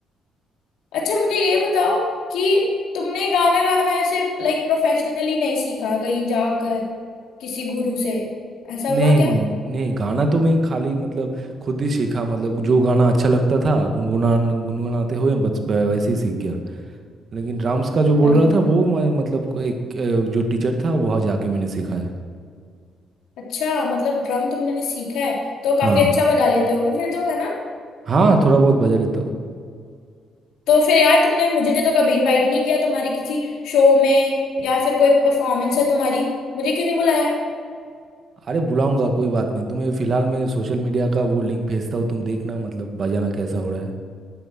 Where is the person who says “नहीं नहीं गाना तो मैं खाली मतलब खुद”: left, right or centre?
Right